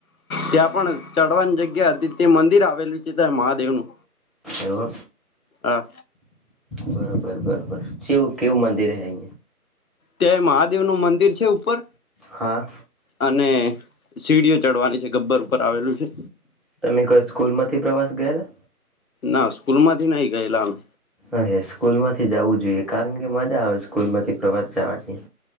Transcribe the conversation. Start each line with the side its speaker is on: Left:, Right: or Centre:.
Left: ત્યાં પણ ચઢવાની જગ્યા હતી તે મંદિર આવેલું છે મહાદેવનું.
Centre: એવા.
Left: હા
Centre: બરોબર બરોબર શિવ કેવું મંદિર હૈ.
Left: ત્યાં મહાદેવ નું મંદિર છે ઉપર
Centre: હા
Left: અને સીડીઓ ચડવાની છે ગબ્બર ઉપર આવેલું છે.
Centre: તમે કઈ સ્કૂલમાંથી પ્રવાસ ગયેલા.
Left: ના સ્કૂલમાંથી નહી ગયેલા અમે
Centre: અરે સ્કૂલ માંથી જવું જોઈએ કારણ કે મજા આવે સ્કૂલ માંથી પ્રવાસ જવાની